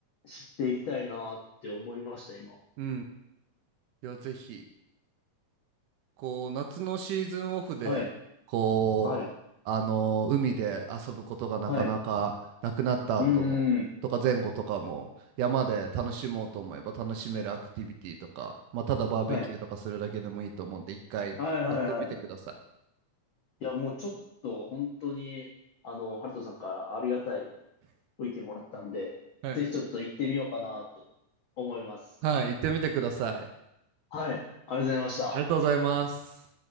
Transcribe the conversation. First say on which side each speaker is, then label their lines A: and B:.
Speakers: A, on the left (about 85°); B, on the right (about 80°).
A: 知っていきたいなって思いました、今。
B: うんいやぜひこう夏のシーズンオフでこうあの海で遊ぶことがなかなかなくなった後もとか前後とかも山で楽しもうと思えば楽しめるアクティビティとか、
A: はい、はい、はい。うーん。
B: まあ、ただバーベキューとかするだけでもいいと思うんで一回やってみてくださ
A: はい。はいはいはい。いや、もうちょっと本当に、あの、ハルトさんからありがたいご意見もらったんで、
B: い。はい、
A: ぜひちょっと行ってみようかなと思います。
B: はい、行ってみてください。
A: はい。ありがとうございました。
B: ありがとうございます。